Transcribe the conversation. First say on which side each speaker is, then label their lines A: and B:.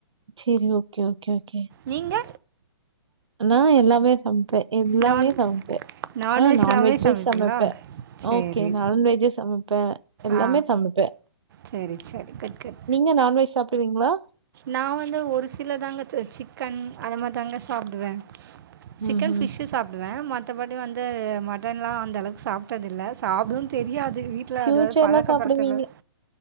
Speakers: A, on the right (about 80°); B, on the right (about 50°).
A: செரி ஓகே ஓகே ஓகே
B: நீங்க
A: நா எல்லாமே சம்ப்பே எல்லாமே
B: நான்
A: சம்ப்பே
B: நான்வெஜ்
A: ஆ நான்வெஜ்ஜு
B: எல்லாமே சமைப்பீங்களா
A: சமைப்பே
B: சரி
A: ஓகே நலன்வெஜ்ஜூ சமைப்பே எல்லாமே
B: ஆ
A: சமைப்பே
B: சரி சரி குட்குட்
A: நீங்க நான்வெஜ் சாப்டுவீங்ளா
B: நா வந்து ஒரு சிலதாங்க து சிக்கன் அந்த மார்தாங்க சாப்டுவே சிக்கன்
A: ம்ஹ்ம்.
B: ஃபிஷு சாப்டுவே மத்தபடி வந்து மட்டன்லா அந்தளவுக்கு சாப் ட்டதில்ல சாப்டுன் தெரியாது வீட்ல
A: ஃப்யூச்சர்ல
B: அதாவ் பழக்கப்படுத்துல
A: சாப்பிடுவீங்க.